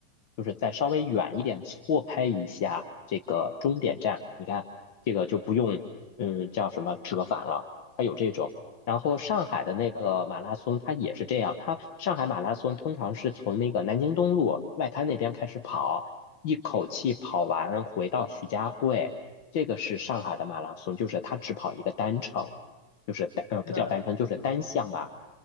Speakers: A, on the left; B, on the left.
A: 就是再稍微远一点错开一下这个终点站，你看。这个就不用嗯，叫什么折返了，它有这种。然后上海的那个马拉松，
B: 明白。
A: 它也是这样。它上海马拉松通常是从那个南京东路外滩那边开始跑，一口气跑完回到徐家汇。这个是上海的马拉松，就是它只跑一个单程，就是单呃不叫单程，
B: 那嗯，
A: 就是单项吧。